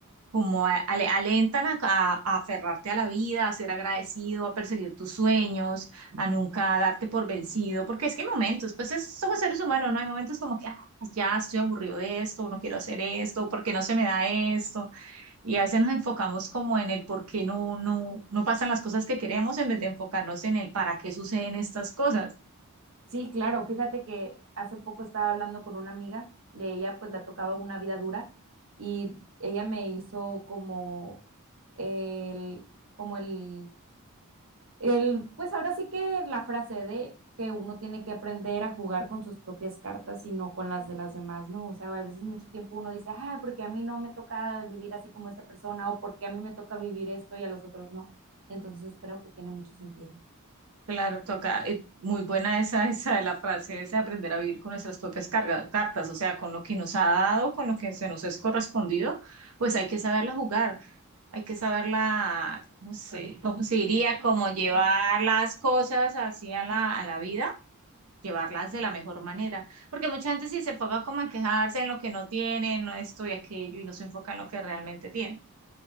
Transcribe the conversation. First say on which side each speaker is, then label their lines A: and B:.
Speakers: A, on the right (about 85°); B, on the right (about 65°).
A: como a- ale- alentan a, a- a aferrarte a la vida, a ser agradecido, a perseguir tus sueños, a nunca darte por vencido, porque es que hay momentos, pues es- somos seres humanos, ¿no? Hay momentos como que "Ah, ya estoy aburrido de esto, no quiero hacer esto, porque no se me da esto, y a veces nos enfocamos como en el por qué no, no, no pasan las cosas que queremos en vez de enfocarnos en el para qué suceden estas cosas.
B: Sí, claro, fíjate que hace poco estaba hablando con una amiga y a ella pues la tocaba una vida dura y ella me hizo como el, como el El, pues ahora sí que la frase de que uno tiene que aprender a jugar con sus propias cartas y no con las de las demás, ¿no? O sea, a veces mucho tiempo uno dice, ah, porque a mí no me toca vivir así como esta persona o porque a mí me toca vivir esto y a los otros no. Entonces creo que tiene mucho sentido.
A: Claro, toca, eh, muy buena esa, esa de la frase, es aprender a vivir con nuestras propias cargas, cartas, o sea, con lo que nos ha dado, con lo que se nos es correspondido, pues hay que saberla jugar, hay que saberla, ¿cómo se, cómo se diría? Como llevar las cosas así a la, a la vida, llevarlas de la mejor manera, porque mucha gente sí se enfoca como en quejarse en lo que no tiene, no esto y aquello, y no se enfoca en lo que realmente tiene.